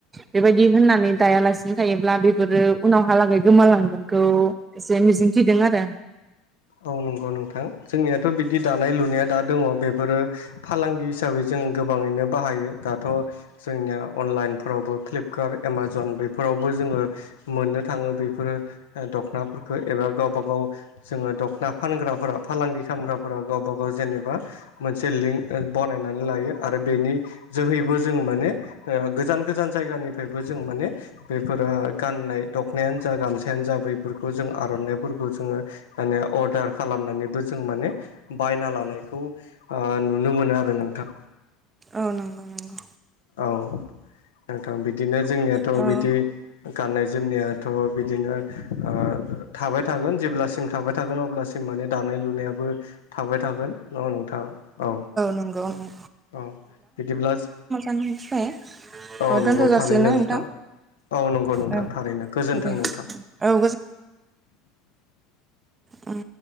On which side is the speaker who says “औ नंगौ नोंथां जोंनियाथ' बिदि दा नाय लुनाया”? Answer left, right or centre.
Left